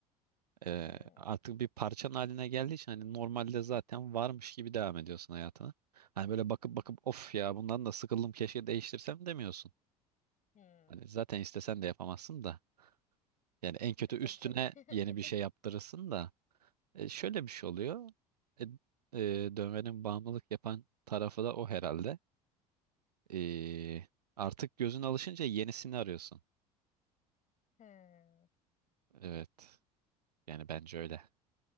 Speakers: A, on the right; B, on the left.
A: Ee,
B: Hmm.
A: artık bir parçan haline geldiği için hani normalde zaten varmış gibi devam ediyorsun hayatına. Hani böyle bakıp bakıp of ya bundan da sıkıldım keşke değiştirsem demiyorsun.
B: Hmm.
A: Hani zaten istesen de yapamazsın da. Yani en kötü üstüne
B: Tabii canım.
A: yeni bir şey
B: <laughs>
A: yaptırırsın da. E, şöyle bir şey oluyor. E, e, dövmenin bağımlılık yapan tarafı da o herhalde. E, artık gözün alışınca yenisini arıyorsun.
B: He.
A: Evet. Yani bence öyle.